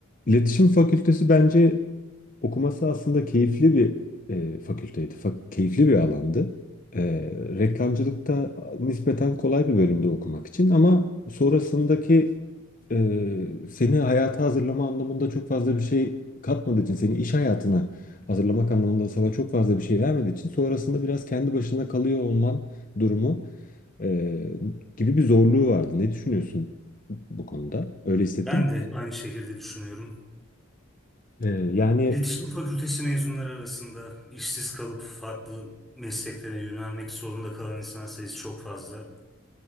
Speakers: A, on the left (about 40°); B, in the centre.
A: İletişim Fakültesi bence okuması aslında keyifli bir e, fakülteydi. Fa- keyifli bir alandı. E, reklamcılık da nispeten kolay bir bölümde okumak için ama sonrasındaki e, seni hayata hazırlama anlamında çok fazla bir şey katmadığı için, seni iş hayatına hazırlamak anlamında sana çok fazla bir şey vermediği için sonrasında biraz kendi başına kalıyor olman durumu e, gibi bir zorluğu vardı. Ne düşünüyorsun bu konuda? Öyle hissettim.
B: Ben de aynı şekilde düşünüyorum.
A: Ee, yani
B: İletişim Fakültesi mezunları arasında işsiz kalıp farklı mesleklere yönelmek zorunda kalan insan sayısı çok fazla.